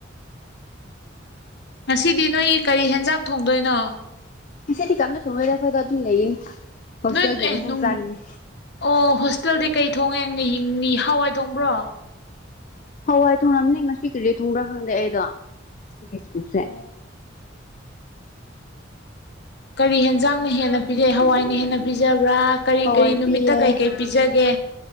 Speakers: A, on the left; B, on the left.
A: ꯉꯁꯤꯗꯤ ꯅꯣꯏꯒꯤ ꯀꯔꯤ ꯍꯦꯟꯖꯥꯡ ꯊꯣꯡꯗꯣꯏꯅꯣ
B: ꯉꯗꯤ ꯌꯥꯝꯅ ꯊꯣꯡꯉꯔꯦ ꯑꯩꯈꯣꯏꯗ ꯑꯗꯨꯝ ꯂꯩꯌꯦ ꯍꯣꯁꯇꯦꯜꯒꯤ
A: ꯅꯣꯏ ꯑꯦ
B: ꯏꯟꯁꯥꯡ
A: ꯅꯨꯡ
B: ꯆꯥꯈꯤꯅꯤ
A: ꯑꯣ ꯍꯣꯁꯇꯦꯜꯗꯤ ꯀꯩ ꯊꯣꯡꯉꯦꯡꯅꯤ ꯍꯋꯥꯏ ꯊꯣꯡꯕ꯭ꯔꯣ
B: ꯍꯋꯥꯏ ꯊꯨꯡꯝꯅꯤ ꯉꯁꯤ ꯀꯔꯤꯖꯤ ꯊꯨꯡꯕ꯭ꯔꯥ ꯈꯪꯗꯦ ꯑꯩꯗꯣ ꯁ꯭ꯀꯨꯜꯁꯦ
A: <inaudible> ꯀꯔꯤ ꯌꯦꯟꯖꯥꯡꯅ ꯍꯦꯟꯅ ꯄꯤꯖꯩ ꯍꯋꯥꯏꯅ ꯍꯦꯟꯅ ꯄꯤꯖꯕ꯭ꯔꯥ ꯀꯔꯤ
B: ꯍꯋꯥꯏ
A: ꯀꯔꯤ ꯅꯨꯃꯤꯠꯇ
B: ꯄꯤꯌꯦ
A: ꯀꯩꯀꯩ ꯄꯤꯖꯒꯦ